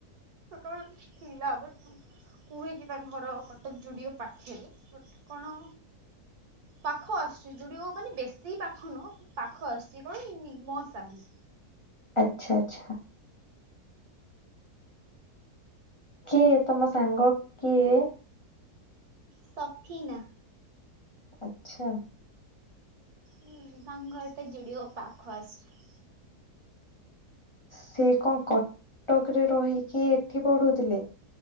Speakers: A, on the right; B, on the left.
A: ସକାଳୁ ଥିଲା ବଟ୍ କୁହେକିି ତାଙ୍କ ଘର କଟକ ଯୁଡ଼ିଓ ପାଖେରେ ବଟ୍ କଣ ପାଖ ଆସୁଛି ଜୁଡ଼ିଓ ମାନେ ବେଶୀ ପାଖ ନୁହ ପାଖ ଆସୁଛି କଣକି ନିମ ସାହି।
B: ଆଚ୍ଛା ଆଚ୍ଛା। କିଏ ତମ ସାଙ୍ଗ କିଏ?
A: ସଫିନା।
B: ଆଛା।
A: ଉଁ ତାଙ୍କ ଘରଟା ଜୁଡ଼ିଓ ପାଖଆସୁଚି।
B: ସେ କଣ କଟକରେ ରହିକି ଏଠି ପଢୁଥିଲେ?